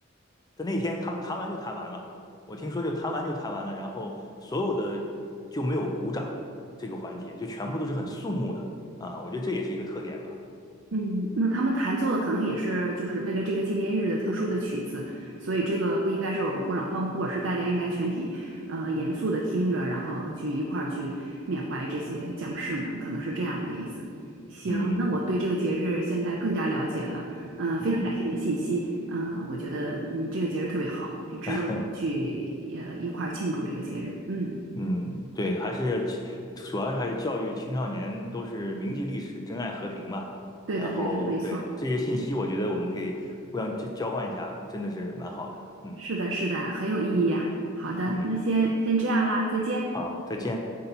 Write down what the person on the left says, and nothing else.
在那天他们弹完就弹完了，我听说就弹完就弹完了，然后所有的就没有鼓掌这个环节，就全部都是很肃穆的啊。我觉得这也是一个特点吧。
嗯
嗯，
<laughs>
嗯，对，还是其主要是还是教育青少年都是铭记历史、珍爱和平嘛。
然后对这些信息，
我觉得我们可以互相交交换一下，真的是蛮好的。嗯
嗯，
好，再见。